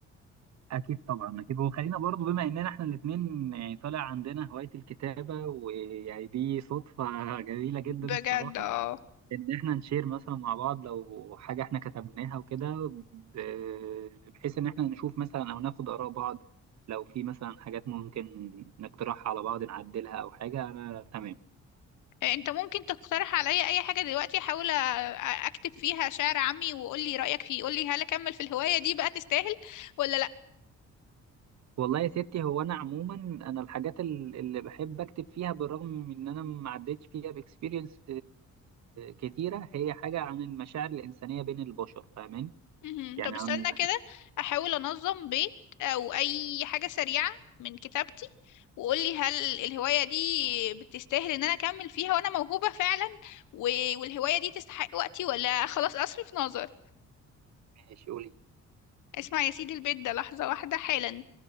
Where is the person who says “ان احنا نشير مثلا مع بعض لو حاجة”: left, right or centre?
Right